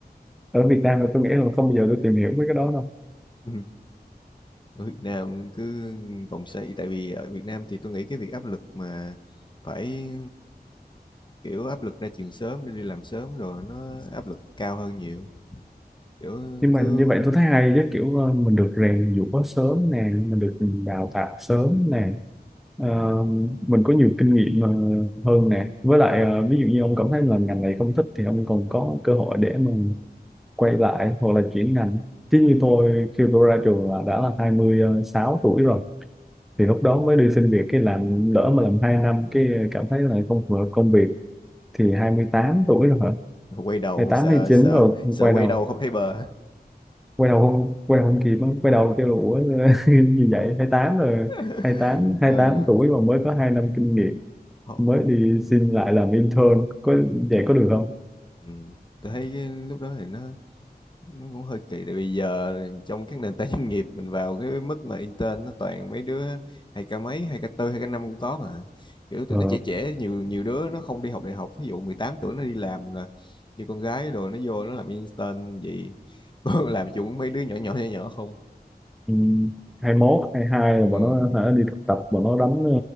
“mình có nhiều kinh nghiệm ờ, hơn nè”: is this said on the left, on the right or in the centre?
Centre